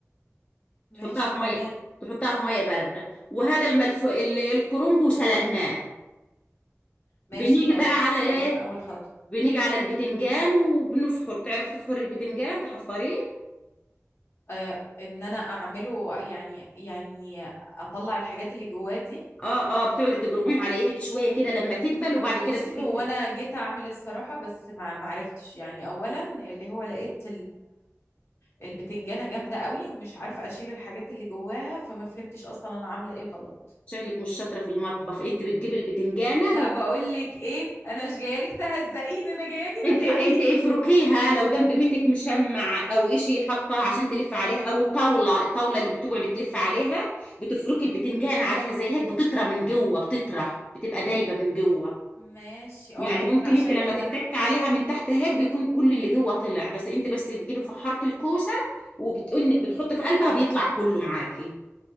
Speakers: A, on the left (about 55°); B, on the left (about 25°).
A: ماشي
B: تحطها في
A: تمام
B: مية تحطها في مية باردة وهذا الملف ال- الكرنب وسلقناه
A: ماشي
B: بنيجي
A: خلاص
B: بقى على ايه
A: خلصنا اول خطوه
B: بنيجي على البتنجان وبنفحر تعرفي تفحري البتنجان تحفريه
A: آه ان انا اعمله يعني يعني اطلع الحاجات اللي جواه دي
B: اه اه بتقعدي تبرميه على ايدك شوية كده لما تدبل وبعد
A: بصي
B: كده بتجيبي
A: هو انا جيت اعمل الصراحه بس ما ما عرفتش يعني اولا اللي هو لقيت البتنجانة جامدة قوي ومش عارفة أشيل الحاجات اللي جواها فما فهمتش أصلا أنا عاملة إيه غلط
B: شكلك مش شاطرة في المطبخ انت بتجيبي البتنجانة
A: لا بقول لك إيه أنا مش جاية لك تهزقيني أنا جاياكي
B: انت
A: تلحقيني
B: انت افركيها لو جنب منك مشمع او اشي حاطاه عشان تلف عليها او الطاوله الطاوله اللي بتقعد تلف عليها بتفركي البتنجان عليها زي هيك بتطرى من جوه بتطرى بتبقى دايبه من جوه
A: ماشي أه
B: يعني
A: ممكن
B: ممكن
A: عشان
B: انت لما
A: كده
B: تتك عليها من تحت هيك بيكون كل اللي جوه طلع بس انت بس بتجيبي فحاره الكوسه وبتقنك بتحطي في قلبها بيطلع كله معاكي